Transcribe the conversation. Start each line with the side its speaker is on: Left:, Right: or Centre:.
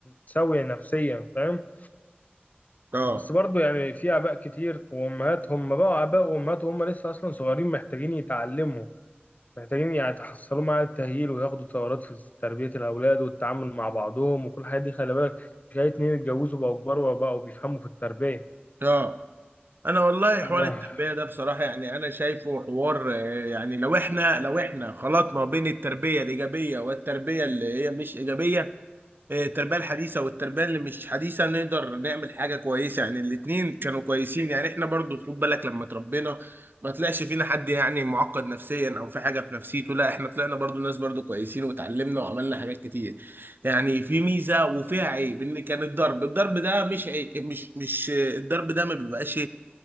Left: سوي نفسيا فاهم
Right: اه
Left: بس برضو يعني في آباء كتير وأمهات هم بقوا آباء وأمهات وهم لسه أصلا صغيرين محتاجين يتعلموا محتاجين يعني يتحصلوا مع التأهيل وياخدوا دورات في تربية الأولاد والتعامل مع بعضهم وكل الحاجات دي خلي بالك مش أي اتنين اتجوزوا بقوا كبار وبقوا بيفهموا في التربية
Right: اه انا والله حوار
Left: آه.
Right: التربية ده بصراحة يعني انا شايفه حوار آه، يعني لو احنا لو احنا خلطنا بين التربية الايجابية والتربية اللي هي مش ايجابية التربية الحديثة والتربية اللي مش حديثة نقدر نعمل حاجة كويسة يعني الاتنين كانوا كويسين يعني احنا برضو خد بالك لما تربينا ما طلعش فينا حد يعني معقد نفسيا او في حاجة في نفسيته لا احنا طلعنا برضو ناس برضو كويسين واتعلمنا وعملنا حاجات كتير يعني في ميزة وفيها عيب ان كان الضرب الضرب ده مش عيب مش مش الضرب ده ما بيبقاش